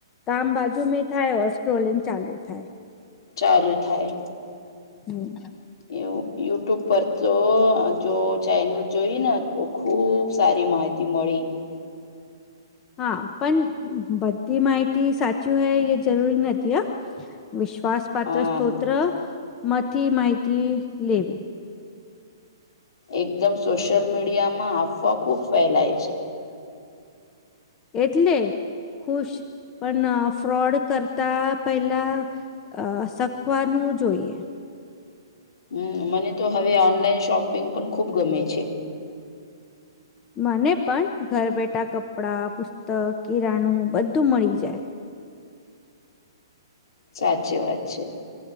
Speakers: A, on the left; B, on the left.
A: કામ બાજુ મે થાય ઓર સ્ક્રોલિંગ ચાલુ થાય.
B: ચાલુ થાય.
A: હમ્મ.
B: એવું યુટ્યુબ પર તો આ જો ચેનલ જોઈ ન હતું ખુબ સારી માહિતી મળી.
A: હા પણ બધી માહિતી સાચું હૈ એ જરૂરી નથી હા. વિશ્વાસ પાત્ર
B: હા
A: સ્ત્રોત્ર માંથી માહિતી લેવી.
B: એકદમ સોશિયલ મીડિયામાં અફવા ખુબ ફેલાય છે.
A: એટલે ખુશ પણ ફ્રોડ કરતા પહેલા આ શકવાનું જોઈએ.
B: હમ્મ મને તો હવે ઓનલાઈન શોપિંગ પણ ખુબ ગમે છે.
A: મને પણ ઘર બેઠા કપડા પુસ્તક કિરાણું બધું મળી જાય.
B: સાચી વાત છે